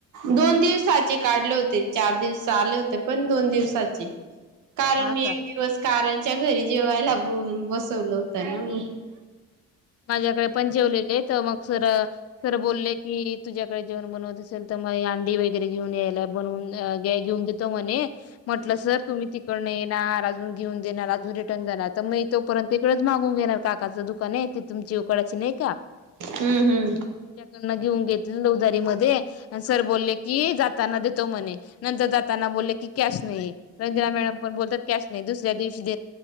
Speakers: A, on the right (about 80°); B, on the left (about 55°).
A: दोन दिवसाचे काढले होते चार दिवस आले होते पण दोन दिवसाचे कारण
B: हा
A: मी
B: का?
A: एक दिवस कारणच्या घरी जेवायला बसवल होतं ना म
B: माझ्याकडे पणजेवलेले तर मग सर सर बोलले की तुझ्याकडे जेवण बनवत असेल तर म अंडी वगैरे घेऊन यायला बनून घेऊन देतो म्हणे म्हटलं सर तुम्ही तिकडन येणार अजून घेऊन देणार अजून रे जाणार तर मग तोपर्यंत इकडच मागून घेणार काकाचं दुकान आहे त तुमची उकडाची नाही का
A: हम्म हम्म
B: त्याकडन घेऊन घेतले नवदारी मध्ये सर बोलले की जात ना देतो म्हणे नंतर जातना बोलले की कॅश नाही रंजिरा मॅडम पण बोलत कॅश नाही दुसऱ्या दिवशी